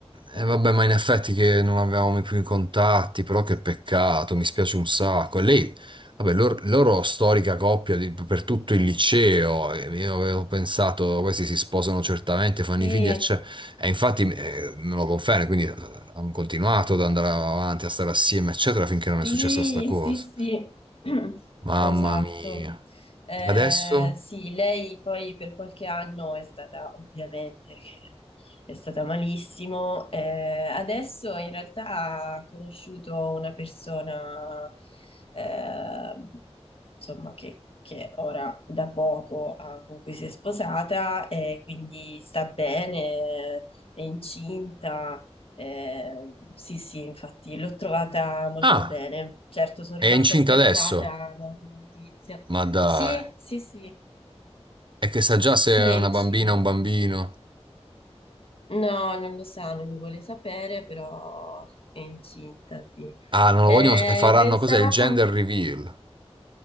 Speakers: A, on the left; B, on the right.
A: eh,
B: E vabbè,
A: sì.
B: ma in effetti che non avevamo mai più i contatti, però che peccato, mi spiace un sacco. E lei, vabbè, loro, loro storica coppia di- per tutto il liceo, e io avevo pensato, questi si sposano certamente, fanno
A: Sì,
B: i figli, eccetera. E infatti eh, me lo conferma, quindi eh, hanno continuato ad andare avanti, a stare assieme, eccetera, finché non
A: Sì,
B: è successa sta cosa.
A: sì, sì, <clears throat>
B: Mamma
A: esatto.
B: mia.
A: Eh,
B: E Adesso?
A: sì, lei poi per qualche anno è stata, ovviamente, che è stata malissimo. Eh, adesso in realtà ha conosciuto una persona, eh, insomma, che, che ora da poco ha- con cui si è sposata e quindi sta bene, è incinta. Eh, sì, sì, infatti l'ho trovata molto
B: Ah!
A: bene. Certo, sono
B: È
A: rimasta
B: incinta
A: spiazzata
B: adesso?
A: da una notizia.
B: Ma dai,
A: Sì, sì, sì,
B: è che sa già se
A: sì,
B: è
A: è
B: una
A: incinta.
B: bambina o un bambino.
A: No, non lo sa, non lo vuole sapere, però è incinta, sì.
B: Ah, non
A: Eh,
B: lo vogliono e faranno
A: pensavamo,
B: cos'è? Il gender reveal.